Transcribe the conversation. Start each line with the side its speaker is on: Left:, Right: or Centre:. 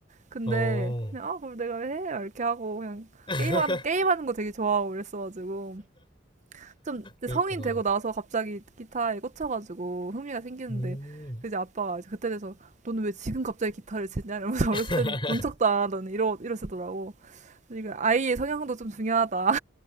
Right: 근데
Left: 어.
Right: 그냥 아 그걸 내가 왜 해? 이렇게 하고 그냥
Left: <laughs>
Right: 게임하는 게임하는 거 되게 좋아하고 그랬어가지고 좀 이제
Left: 그렇구나
Right: 성인 되고 나서 갑자기 기타에 꽂혀가지고 흥미가 생기는데
Left: 음.
Right: 그 이제 아빠가 이제 그때 돼서 너는 왜 지금 갑자기 기타를 치냐 이러면서 <laughs> 어렸을
Left: <laughs>
Right: 땐 본 척도 안 하더니 이러 이러시더라고. 그러니까 아이의 성향도 좀 중요하다.